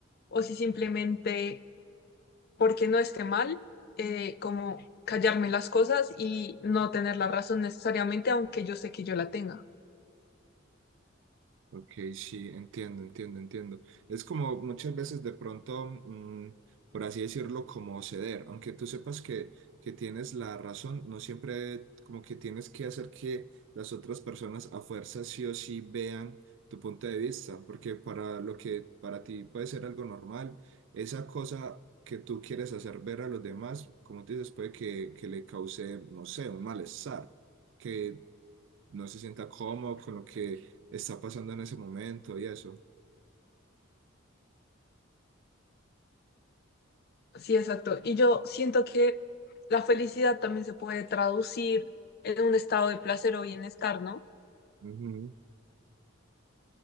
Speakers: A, on the left; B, on the right.
A: o si simplemente porque no esté mal, eh, como callarme las cosas y no tener la razón necesariamente, aunque yo sé que yo la tenga.
B: Ok, sí, entiendo, entiendo, entiendo. Es como muchas veces de pronto, mm, por así decirlo, como ceder, aunque tú sepas que, que tienes la razón, no siempre como que tienes que hacer que las otras personas a fuerza sí o sí vean tu punto de vista, porque para lo que para ti puede ser algo normal, esa cosa que tú quieres hacer ver a los demás, como te dices, puede que, que le cause, no sé, un malestar. que no se sienta cómodo con lo que está pasando en ese momento y eso.
A: Sí, exacto. Y yo siento que la felicidad también se puede traducir en un estado de placer o bienestar, ¿no?
B: Ujú.